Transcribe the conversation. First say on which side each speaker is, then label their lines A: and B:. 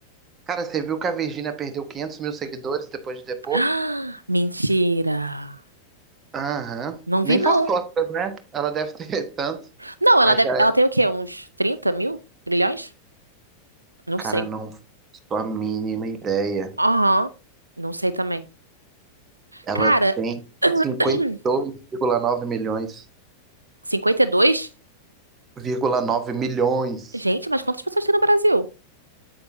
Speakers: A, on the right; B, on the right.
A: Cara, você viu que a Virgínia perdeu quinhentos mil seguidores depois de depor?
B: Ah, mentira.
A: Aham.
B: Não
A: Nem
B: vi não.
A: faz costas, né? Ela deve ter <laughs> tanto.
B: Não, ela
A: Mas
B: deve-
A: já era.
B: ela tem o quê? Uns trinta mil? Milhões? Não
A: Cara,
B: sei.
A: não faço a mínima ideia.
B: Aham. Não sei também.
A: Ela
B: Cara,
A: tem cinquenta
B: <clears throat>
A: e dois vírgula nove milhões.
B: cinquenta e dois
A: Vírgula 9 milhões.
B: Gente, mas quantas pessoas tem no Brasil?